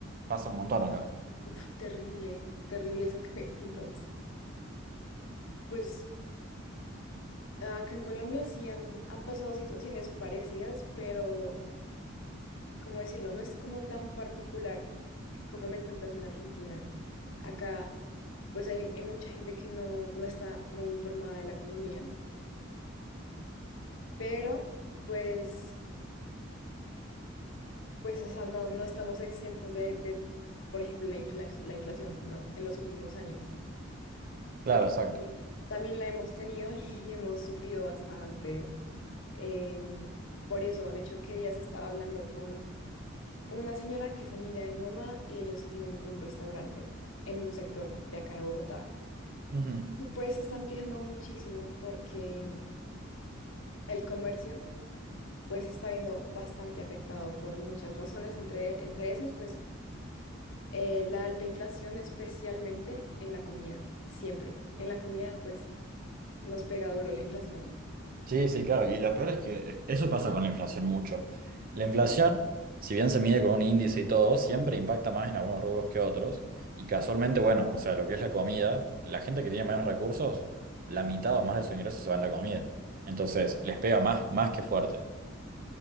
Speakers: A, on the right; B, on the left.
A: Pasa un montón acá.
B: Uf, terrible, terrible eso que me cuentas. Pues acá en Colombia sí han, han pasado situaciones parecidas, pero, ¿cómo decirlo? No es como tan particular como me cuentas en Argentina. Acá, pues hay, hay mucha gente que no, no está muy informada de la economía, pero pues Pues, o sea, no, no estamos exentos de, de, por ejemplo, la infla- la inflación, no, en los últimos años,
A: Claro,
B: porque
A: exacto.
B: también la hemos tenido y <laughs> hemos sufrido bastante. em, por eso, de hecho, que días estaba hablando con una señora que es amiga de mi mamá y ellos tienen un restaurante en un sector de acá de Bogotá.
A: Ujú.
B: Y pues se están quejando muchísimo porque el comercio pues se está viendo bastante afectado por muchas razones, entre, entre esas, pues eh, la alta inflación, especialmente en la comida, siempre. En la comida, pues nos pega duro la inflación.
A: Sí, sí, claro. Y lo peor es que eso pasa con la inflación mucho. La
B: Ajá.
A: inflación, si bien se mide con un índice y todo, siempre impacta más en algunos rubros que otros. Y casualmente, bueno, o sea, lo que es la comida, la gente que tiene menos recursos, la mitad o más de su ingreso se va en la comida. Entonces, les pega más, más que fuerte.